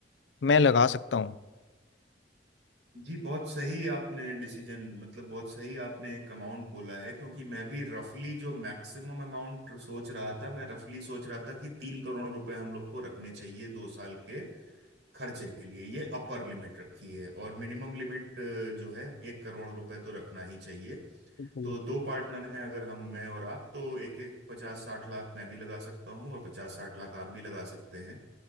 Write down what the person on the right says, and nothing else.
जी बहुत सही आपने डिसीजन मतलब बहुत सही आपने एक अमाउंट बोला है क्योंकि मैं भी रफली जो मैक्सिमम अमाउंट सोच रहा था मैं रफली सोच रहा था कि तीन करोड़ रुपए हम लोग को रखने चाहिए दो साल के खर्चे के लिए ये अपर लिमिट रखी है और मिनिमम लिमिट जो है एक करोड़ रुपए तो रखना ही चाहिए
तो दो पार्टनर हैं अगर हम मैं और आप तो एक एक पचास साठ लाख मैं भी लगा सकता हूँ और पचास साठ लाख आप भी लगा सकते हैं